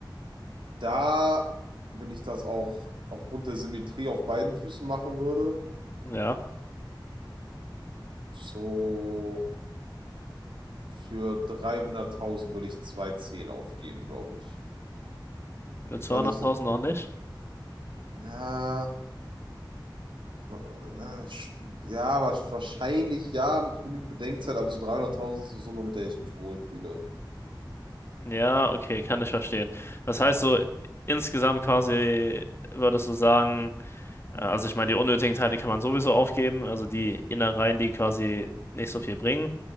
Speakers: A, on the right; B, on the left.
A: da, wenn ich das auch aufgrund der Symmetrie auf beiden Füßen machen würde,
B: ja,
A: so. Für 300.000 würde ich zwei Zehn aufgeben, glaube ich.
B: für 200.000
A: Weil ich, so-
B: noch nicht.
A: na, äh, ja, wa- wahrscheinlich ja, mit genügend Bedenkzeit, aber so 300.000 ist eine Summe, mit der ich mich wohlfühle.
B: Ja, okay, kann ich verstehen. Das heißt so, insgesamt quasi würdest du sagen, äh, also ich meine, die unnötigen Teile kann man sowieso aufgeben, also die Innereien, die quasi nicht so viel bringen.